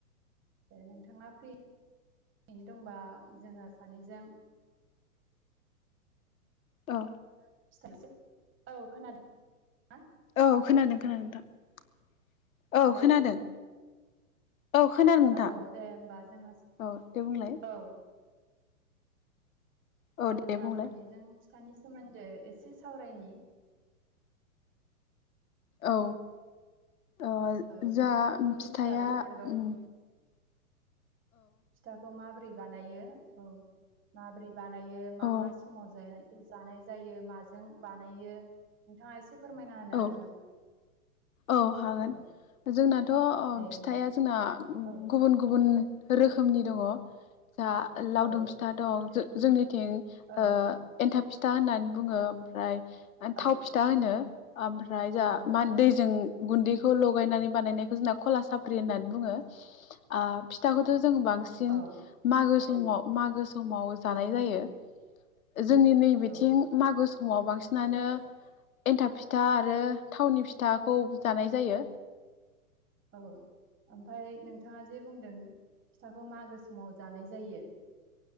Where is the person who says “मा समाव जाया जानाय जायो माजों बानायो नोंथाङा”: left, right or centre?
Right